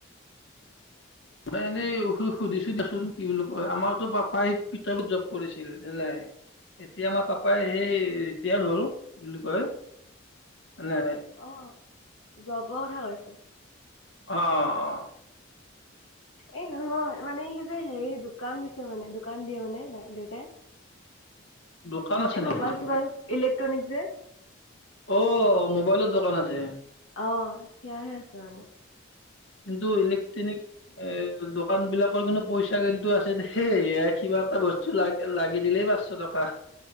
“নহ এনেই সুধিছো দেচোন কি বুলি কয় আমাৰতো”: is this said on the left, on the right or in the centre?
Left